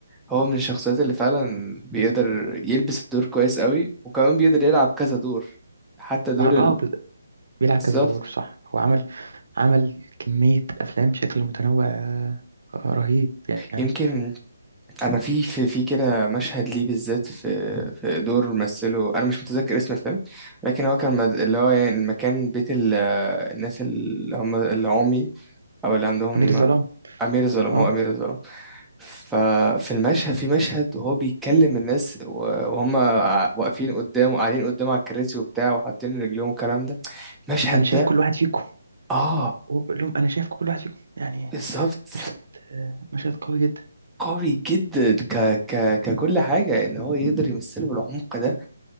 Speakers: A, in the centre; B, on the right.
A: هو من الشخصيات اللي فعلا بيقدر يلبس الدور كويس قوي وكمان بيقدر يلعب كذا دور حتى دور
B: هو ع- اه
A: ال...
B: ب- بيلعب
A: بالظبط
B: كذا دور صح هو عمل عمل كمية أفلام بشكل متنوع آه، آه، رهيب يعني
A: يمكن انا في في في كده مشهد ليه بالذات في في دور مثله انا مش متذكر اسم الفيلم لكن هو كان مد- اللي هو يعني المكان بيت ال- الناس اللي هم العمي او اللي عندهم
B: أمير الظلام
A: امير الظلام هو
B: اه
A: امير الظلام ففي المشهد في مشهد وهو بيكلم الناس و- وهم ع- واقفين قدامه قاعدين قدامه على الكراسي وبتاع وحاطين رجليهم والكلام ده المشهد
B: أنا شايف
A: ده
B: كل واحد فيكم
A: اه
B: وبقول لهم انا شايف كل واحد فيكم يعني
A: بالظبط
B: مشهد آه، مشهد قوي جدا
A: قوي جدا ك ك ككل حاجه ان هو يقدر يمثله بالعمق ده